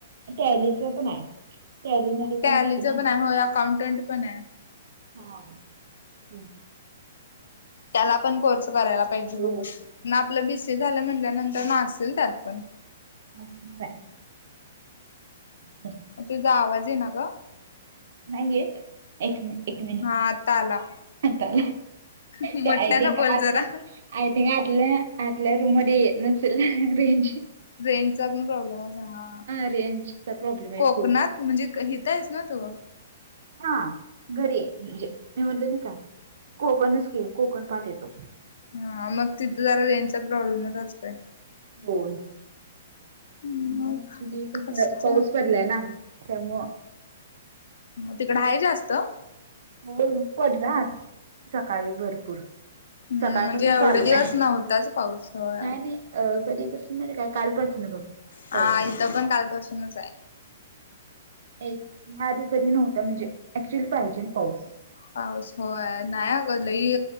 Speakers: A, on the right (about 60°); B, on the left (about 75°).
A: टॅलीच पण आहे. टॅली मध्ये
B: टॅलीच
A: पण असते ना
B: पणे होय अकाउंटंट पणे.
A: हा हम्म.
B: त्याला पण कोर्स करायला पाहिजे
A: हो
B: म्हणून आपलं बीसी झालं म्हणल्यानंतर त्याना असेल त्यात पण.
A: हर <unintelligible> ह <inaudible>
B: तुझा आवाज येईना ग.
A: नाही येत एक मी एक मिनिट.
B: हा आता आला
A: आता
B: मोठ्यान
A: ते आय थिंक
B: बोल
A: आतल्या
B: जरा
A: आय थिंक आतल्या. अतल्या रून मध्ये नसेल रेज.
B: रेजचा पण प्रॉब्लेम आसा हा
A: रेंजचा प्रॉब्लेम आहे
B: कोकणात
A: खूप.
B: म्हणजे एकतेस ना तू.
A: हा घरीये म्हणजे मी म्हणल नाही का? कोकणच की कोकण पाठे तो.
B: हा मग तिथं जरा रेण्याचा प्रॉब्लेमच असतोय.
A: होय.
B: मग
A: आणि ऍक्चुली कस
B: कसच
A: पाऊस
B: आहे
A: पडलाय ना त्यामुळ.
B: तिकड आहे जास्त.
A: हो पडलाच सकाळी भरपूर.
B: हम्म
A: सकाळपासून
B: म्हणजे एवढे
A: चालूये
B: दिवस नव्हताच पाऊस होय
A: नाही नाही अ कधी पसून माहीते काय कालपासन बघ.
B: हा
A: पाऊस.
B: इथं पण कालपासूनचे.
A: ए- आधी कधी नव्हता म्हणजे ऍक्च्युअली पाहिजेल. पाऊस.
B: पाऊस होय नाही अग लही